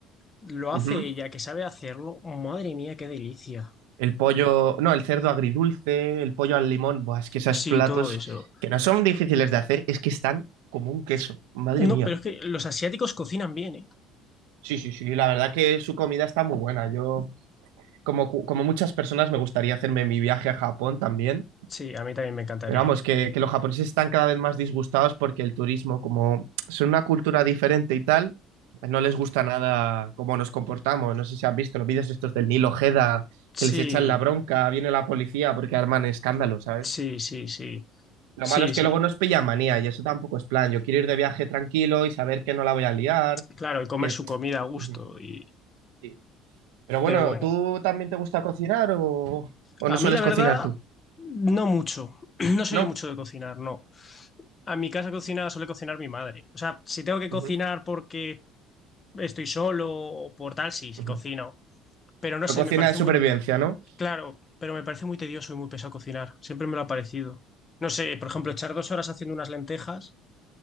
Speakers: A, on the left; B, on the right.
A: lo
B: ujú.
A: hace ella, que sabe hacerlo. Madre mía, qué delicia.
B: El pollo, no, el cerdo agridulce, el pollo al limón, buah, es que esos
A: Sí,
B: platos
A: todo eso.
B: que no son difíciles de hacer, es que están como un queso, madre mía.
A: No, pero es que los asiáticos cocinan bien, ¿eh?
B: Sí, sí, sí, la verdad que su comida está muy buena. Yo, como, cu- como muchas personas, me gustaría hacerme mi viaje a Japón también.
A: Sí, a mí también me encantaría.
B: Pero vamos, que, que los japoneses están cada vez más disgustados porque el turismo, como son una cultura diferente y tal, pues no les gusta nada cómo nos comportamos. No sé si has visto los vídeos estos del Nilo Ojeda, que
A: Sí,
B: les echan la bronca, viene la policía porque arman escándalo, ¿sabes?
A: sí, sí, sí.
B: Lo
A: Sí,
B: malo es
A: sí.
B: que luego nos pilla manía y eso tampoco es plan. Yo quiero ir de viaje tranquilo y saber que no la voy a liar,
A: Claro, y comer
B: que...
A: su comida
B: <laughs>
A: a gusto.
B: Ujú,
A: Y...
B: Sí. Pero bueno,
A: Pero bueno,
B: ¿tú también te gusta cocinar o, o
A: a
B: no sueles
A: mí la verdad,
B: cocinar tú?
A: no mucho. <clears throat> No soy
B: ¿No?
A: yo mucho de cocinar, no. A mi casa cocina suele cocinar mi madre. O sea, si tengo que
B: Ujú,
A: cocinar porque estoy solo o por tal, sí, sí
B: ujú.
A: cocino. Pero no
B: Pero
A: sé,
B: cocina
A: me parece
B: de supervivencia,
A: muy
B: ¿no?
A: claro, pero me parece muy tedioso y muy pesado cocinar. Siempre me lo ha parecido. No sé, por ejemplo, echar dos horas haciendo unas lentejas,